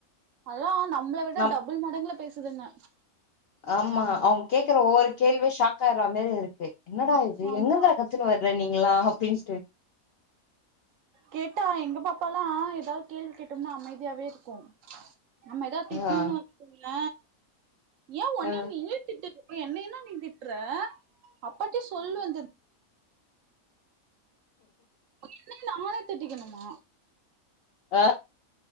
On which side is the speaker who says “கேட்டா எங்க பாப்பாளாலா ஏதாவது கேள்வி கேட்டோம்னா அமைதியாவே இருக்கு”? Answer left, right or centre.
Right